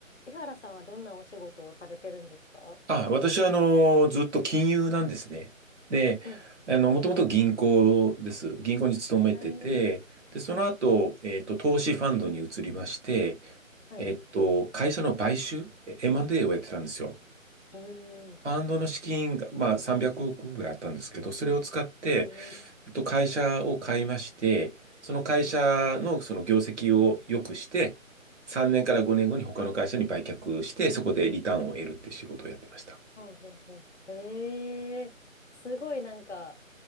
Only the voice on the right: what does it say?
あ、私は、あの、ずっと金融なんですね。で、
あの、もともと銀行です。銀行に勤めてて、
で、その後、えっと、投資ファンドに移りまして、
えっと、会社の買収、え M&A をやってたんですよ。
ファンドの資金が、まあ、300億ぐらいあったんですけど、それを使って、
えっと、会社を買いまして、その会社のその業績を良くして、
3年から5年後に他の会社に売却して、そこでリターンを得るっていう仕事をやってました。